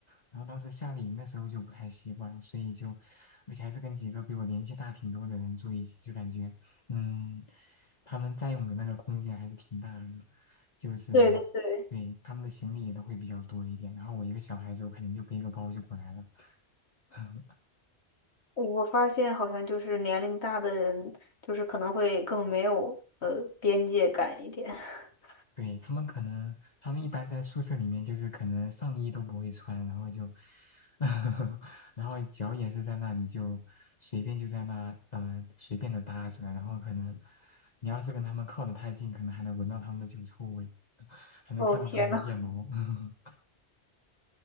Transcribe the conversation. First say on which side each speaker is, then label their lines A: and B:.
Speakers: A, on the left; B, on the left.
A: 然后当时夏令营的时候就不太习惯，所以就，而且还是跟几个比我年纪大挺多的人住一起，就感觉，嗯，他们占用的那个空间还是挺大的，就是，
B: <laughs> 对对对，
A: 对，他们的行李也都会比较多一点，然后我一个小孩子，我可能就背个包就过来了，<laughs>
B: 我发现好像就是年龄大的人，就是可能会更没有呃边界感一点。<laughs>
A: 对，他们可能，他们一般在宿舍里面就是可能上衣都不会穿，然后就，<laughs> 然后脚也是在那里就随便就在那呃随便的搭着，然后可能你要是跟他们靠得太近，可能还能闻到他们的脚臭味，<laughs> 还能看到他们的腋毛。
B: 哦天呐，
A: <laughs>